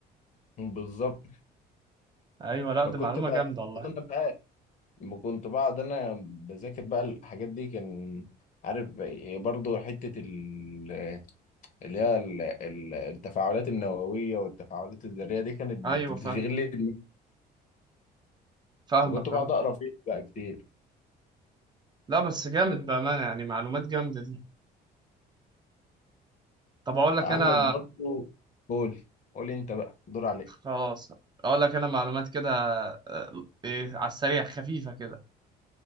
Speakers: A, on the left (about 45°); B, on the right (about 25°).
A: بالظبط
B: ايوه لا
A: فكنت
B: دي معلومه
A: بقى
B: جامده والله
A: انا بقى كنت بقعد انا بذاكر بقى الحاجات دي كان عارف برضو حتة ال- اللي هي ال- ال- التفاعلات النووية والتفاعلات الذرية دي كانت بت-
B: ايوه
A: بتشغل
B: فاهمك
A: لي دماغي.
B: فاهمك
A: وكنت بقعد
B: اه
A: أقرأ فيها بقى كتير
B: لا بس جامد بامانه يعني معلومات جامده دي طب اقول لك
A: عندك
B: انا
A: برضو قول قول انت بقى دور عليك
B: خلاص اقول لك انا معلومات كده آه، ايه على السريع خفيفه كده